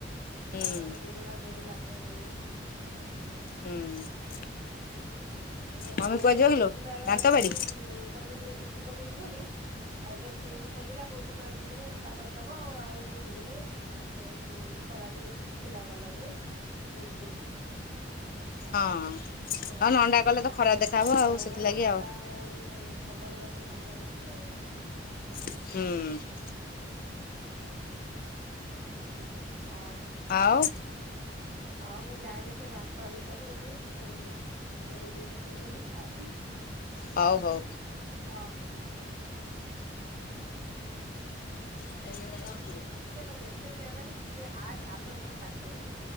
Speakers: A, on the left; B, on the right.
A: ହୁଁ
B: ବାହାଘର କୋଉଦିନ ଆ ଡୋରି ଲାଗିବ କେଜାଣି
A: ହୁଁ।
B: ମୋ
A: ମମି
B: ପୁଅ
A: କୁଆଡେ
B: କୁ
A: ଯିବ
B: ନେଇକି
A: କିଲୋ
B: ଯିବାର
A: ଦାନ୍ତ
B: ଅଛି-ଇ-ଇ-ଇ
A: ବାଡି
B: ତାକୁ ଟିକେ ଚୁଟି ପକେଇବି ବୋଲି ଆଉ ଏବେ ସ୍କୁଲ ଖୋଲିଲା କହୁଛି ମୁଁ ଆଉ ଯିବିନି ନଣ୍ଡା କରିଦବ-ଅ-ଅ ଆଉ ମୁଁ ଯିବି ନାଇ। ଏ ଉ ଖରା ଦିନେ ଛୁଟି ଥିଲା ଗଲ ନାଇ ଏମିତି କହୁଛି।
A: ହଁ।
B: ହଁ ବା
A: ନଣ୍ଡା କଲେ ତ ଖରାପ ଦେଖାହବ
B: ହଁ
A: ଆଉ ସେଥିଲାଗି
B: ନଣ୍ଡା-ଆ-ଆ-ଆ
A: ଆଉ
B: ଆଉ ହବନା ଆକୁ ମନା କୁଛିି ଆଉ।
A: ହୁଁ-ଉ।
B: ହଁଉ।
A: ଆଉ?
B: ଆଉ ମୁଁ ଯାଏ ଦେଖେ ଭାତ ହେଇସାରିବନି ହୁଁ। ଘୋରେଇ ଦେଇକି ଯିବି ନହେଲେ ଖାଇବି।
A: ହଉ ହଉ।
B: ଅ
A: <unintelligible>
B: କେତେ ଲୋ ମେସେଜ୍ ଅନାନି କିଏ ହାଏ ହାଲୋ ସବୁ ଛାଡି ସାଇଲେଇ।